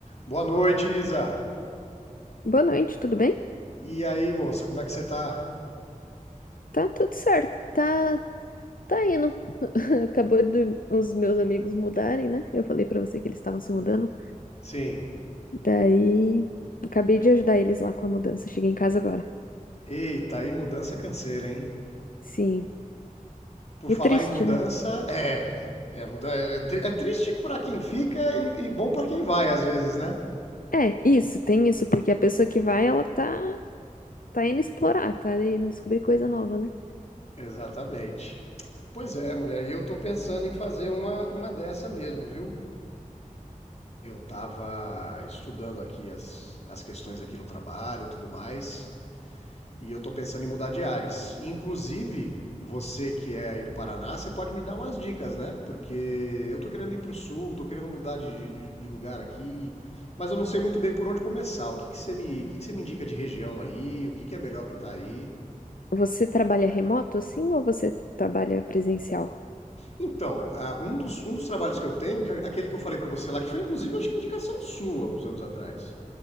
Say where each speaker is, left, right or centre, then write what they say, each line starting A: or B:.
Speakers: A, on the left; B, on the left.
A: Boa noite, Isa.
B: Boa noite, tudo bem?
A: E aí, moça, como é que você tá?
B: Tá tudo certo, tá, tá indo. <laughs> Acabou de os meus amigos mudarem, né? Eu falei pra você que eles estavam se mudando.
A: Sim.
B: Daí, acabei de ajudar eles lá com a mudança. Cheguei em casa agora.
A: Eita, aí mudança é canseira, hein?
B: Sim.
A: Por
B: E
A: falar
B: triste,
A: em mudança,
B: né?
A: é. É, muda- é tri- é triste pra quem fica e, e bom pra quem vai, às vezes, né?
B: É, isso, tem isso, porque a pessoa que vai, ela tá, tá indo explorar, tá indo descobrir coisa nova, né?
A: Exatamente. Pois é, mulher, e eu tô pensando em fazer uma, uma dessa mesmo, viu? Eu tava estudando aqui as, as questões aqui no trabalho e tudo mais. E eu tô pensando em mudar de ares. Inclusive, você que é aí do Paraná, você pode me dar umas dicas, né? Porque eu tô querendo ir pro sul, tô querendo mudar de, de- lugar aqui, mas eu não sei muito bem por onde começar. O que que você me, o que que você me indica de região aí? O que que é melhor pra estar aí?
B: Você trabalha remoto, assim, ou você trabalha presencial?
A: Então, ah, um dos, um dos trabalhos que eu tenho, que é aquele que eu falei pra você lá, que foi inclusive acho que indicação sua uns anos atrás,